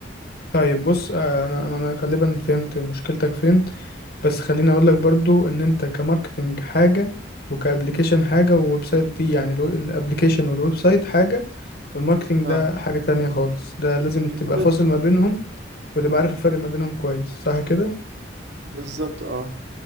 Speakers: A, on the left; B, on the right.
A: طيب بص آه أنا أنا أنا غالبا فهمت مشكلتك فين بس خليني أقول لك برضو إن أنت كماركتينج حاجة وكأبليكيشن حاجة وويب سايت دي يعني الو- الأبليكيشن والويب سايت حاجة والماركتينج
B: اه
A: ده حاجة تانية خالص ده لازم
B: أنت
A: تبقى
B: بتقدر-
A: فاصل ما بينهم وتبقى عارف الفرق ما بينهم كويس صح كده؟
B: بالظبط اه